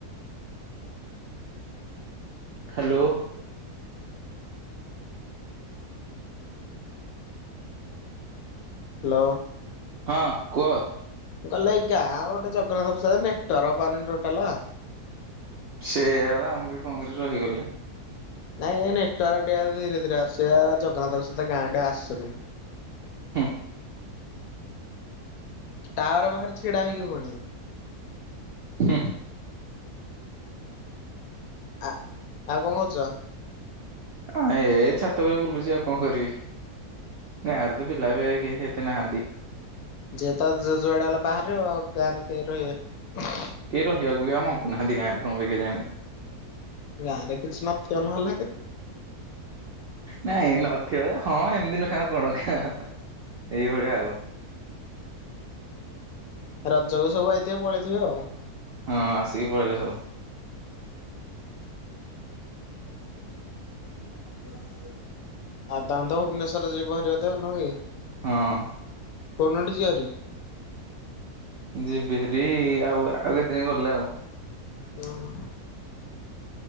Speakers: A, on the right; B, on the left.
A: ହ୍ୟାଲୋ।
B: ହ୍ୟାଲୋ।
A: ହଁ କୁହ।
B: ମୁଁ କହିଲ ଏଇ ଗାଁ ଗୋଟେ ଜଗନ୍ନାଥ ପ୍ରାଦ ନେଟୱାର୍କ ପାଉନି ଟୋଟାଲ।
A: ସେଆପା ମୁ କହିଲି କଣ କିରେ ରହିଗଲେ।
B: ନାଇଁ ନେଟୱର୍କ ଟିକେ ଧୀରେ ଧୀରେ ଆସିବେ ଜଗନ୍ନାଥଙ୍କ ସହିତ ଗାଁ ଟିକେ ଆସୁନି।
A: ହୁଁ।
B: ଟାୱାର ବାହାରେ ଛିଡା ହେଇକି ପୁଣି।
A: ହୁଁ।
B: ଆ ଆଉ କଣ କରୁଛ?
A: ଆ ଏ ଛାତ ଉପରେ ବୁଲୁଛି ଆଉ କଣ କରିବି? ଗାଁରେ ତ ପିଲା ବି ହେତେ ନାହାନ୍ତି।
B: ଯିଏତ ଯୁଆଡେ ହେଲା ବାହାରେ ଆଉ ଗାଁରେ ଟେ ରହିବେ?
A: କେହି ରହିବାକୁ ବି ଆଉ ମଙ୍ଗୁ ନାହାନ୍ତି ଗାଁରେ କଣ କେଜାଣି?
B: ଗାଁ ରେ କିଛି ନଥିବ ନହଲେ।
A: ନାଇଁ ନଥିବ ଯେ ହଁ ଏମିତି ନୁଆ କଣ ଖ ଏଇଭଳିଆ ଆଉ
B: ରଜକୁ ସବୁ ଆଇଥିବେ ପଳେଇଥିବେ ଆଉ
A: ହଁ ଆସିକି ପଳେଇଲେ ସବୁ। ଆ କାଠି ମର୍ ଚା
B: ଆଉ ତାହେଲେ ତ ଭୁବନେଶ୍ୱର ଯିବ ହାରି ନୁହେଁ କି?
A: ହଁ।
B: କୋଉଦିନଠୁ ଯିବ ଭାରି?
A: ଯିବି ହେରି ଆଉ ଆଉ କେତେଦିନ ଗଲେ ଆଉ
B: ହୁଁ।